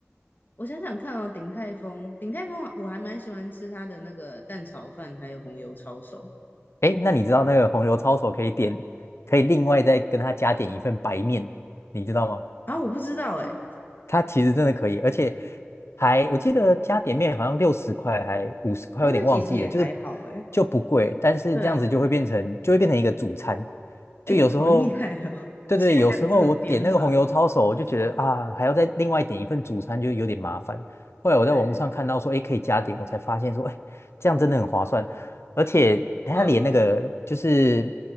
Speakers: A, on the left; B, on the left.
A: 我想想看哦，鼎泰丰，鼎泰丰我还蛮喜欢吃它的那个蛋炒饭，还有红油抄手。
B: 哎，那你知道那个红油抄手可以点，可以另外再跟他加点一份白面，你知道吗？
A: 然后我不知道哎，
B: 它其实真的可以，而且还我记得加点面好像六十块还五十块，
A: 哦，
B: 有点忘记了，
A: 那其实也还好哎。
B: 就是就不贵，但是这样子就会变成就会变成一个主餐，
A: 对啊，哎，
B: 就有时候
A: 好厉害哦，<laughs>
B: 对对，
A: 竟然还有这种点法。
B: 有时候我点那个红油抄手，我就觉得啊还要再另外点一份主餐，就有点麻烦。后来我在网络上看到说，
A: 对，
B: 哎，可以加点，我才发现说，哎，这样真的很划算，而且它连那个就是
A: 嗯，